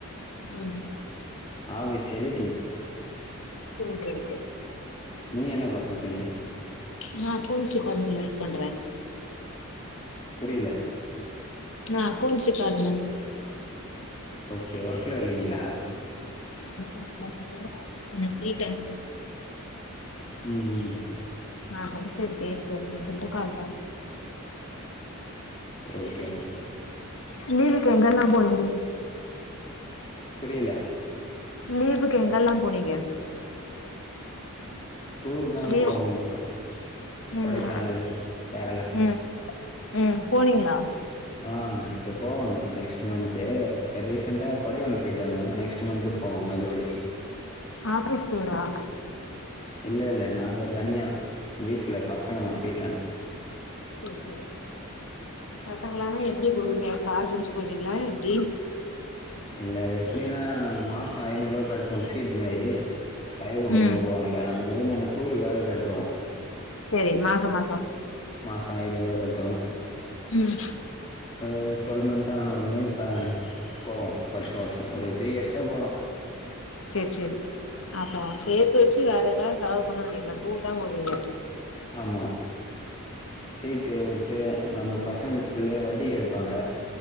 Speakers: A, on the left; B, on the left.
A: உம்
B: ஆ வீ செரிட்டிங்
A: செரி ஓகே ஓகே ஓகே
B: நீங்க என்ன பண்ணறீங்க
A: நா அக்கவுண்ட்ஸ் டிபார்ட்மெண்ட்ல ஒர்க் பண்றே
B: புரியல
A: நா அக்கவுண்ட்ஸ் டிபார்ட்மெண்ட்
B: ஓகே ஒர்க்ல இருக்கீங்களா
A: அதெல்லா இல்லங்க கொஞ்சோ ஃப்ரீ டைமு
B: ம்
A: ஆ பஸ்ட்டே பேர் போட்னோன்னு சொல்ட்டு கால் பண்ண
B: ஓகே
A: இந்த வீக் எங்கெல்லா போனீங்க
B: புரியல
A: லீவுக்கு எங்கெல்லா போனீங்க
B: டூர் தா
A: லீவ்
B: போவோ இப்ப கொடைக்கானல்
A: ம்
B: கேரளா
A: ம் ம் போனீங்களா
B: ஆ இப்ப போவணோ நெக்ஸ்ட்டு மந்த்து ரீசெண்டா கொடைக்கானல் போயிட்டு வந்தோ நெக்ஸ்ட்டு மந்த் போவோ மறுபடியு
A: ஆஃபீஸ் டூரா
B: இல்ல இல்ல நாங்க தனியா வீட்ல பசங்கலா வீட்டாண்ட
A: சேரி சேரி பசங்களானா எப்டி போவீங்க கார் பிடிச்சு போவீங்களா எப்டி
B: இல்ல அது எப்புடின்னா மாசோ ஐநூறு ரூபா கட்டுவோ சீட்டு மாரி ஐயப்ப கோயிலுக்குலா
A: ம்
B: போவாங்கல அந்த மாரி நாங்க டூருக்காக கட்டுவோ
A: சரி மாசம் மாசோ
B: மாசோ ஐநூறுவா கட்
A: உம்
B: அ டுவல் மந்த் ஆன ஒட்னே இப்ப போவோ வர்ஷ வர்ஷோ ஒரு த்ரீ இயர்ஸா போறோ
A: சேரி சேரி அப்போ சேத்து வெச்சு வேற எதாவது செலவு பண்ணோனு நெனைக்கல டூர்தா போவீங்க
B: ஆமா சீட்டு உட்டு நம்ம பசங்களுக் புள்ளய வட்டிக்கு எடுப்பாங்க